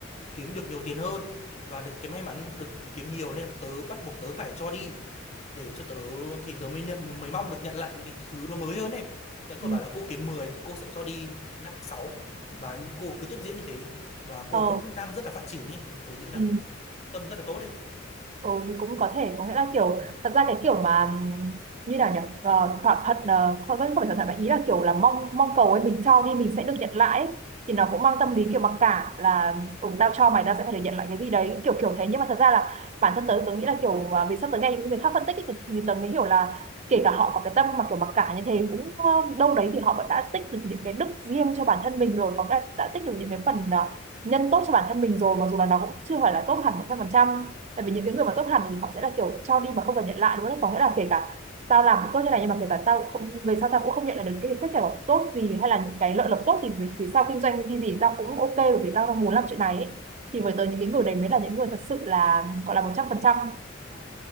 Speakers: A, on the left; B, on the right.
A: kiếm được nhiều tiền hơn và được cái may mắn được kiếm nhiều nên tớ bắt buộc tớ phải cho đi để cho tớ thì tớ mới nhận, mới mong được nhận lại những cái thứ nó mới hơn này nhà cô
B: ừ
A: bảo là cô kiếm 10 thì cô sẽ cho đi 5 sáu và cô cứ tiếp diễn như thế và cô
B: ờ
A: vẫn đang rất là phát triển ấy thì tớ nghĩ rằng
B: ừ
A: đấy là một cái tâm rất là tốt đấy
B: Ừ thì cũng có thể có nghĩa là kiểu thật ra cái kiểu mà như nào nhỉ Ờ, thỏa thuận ờ, không vẫn không phải thỏa thuận mà ý là kiểu là mong mong cầu ấy mình cho đi mình sẽ được nhận lại ấy. thì nó cũng mang tâm lý kiểu mặc cả là ừ, tao cho mày tao sẽ phải được nhận lại cái gì đấy kiểu kiểu thế nhưng mà thật ra là bản thân tớ tớ nghĩ là kiểu à, vì sắp tới nghe những người khác phân tích ấy, thì, thì tớ mới hiểu là kể cả họ có cái tâm mà kiểu mặc cả như thế cũng ờ, đâu đấy thì họ vẫn đã tích được những cái đức riêng cho bản thân mình rồi có đã, đã tích được những cái phần ờ, nhân tốt cho bản thân mình rồi mặc dù là nó cũng chưa phải là tốt hẳn một trăm phần trăm tại vì những cái người mà tốt hẳn thì họ sẽ là kiểu cho đi mà không cần nhận lại đúng không có nghĩa là kể cả tao làm cũng tốt như này nhưng mà kể cả tao không về sau tao cũng không nhận lại được cái kết quả tốt gì hay là những cái lợi lộc tốt gì vì vì sao kinh doanh cái gì gì tao cũng ok bởi vì tao muốn làm chuyện này ấy. thì với tới những cái người đấy mới là những người thật sự là gọi là một trăm phần trăm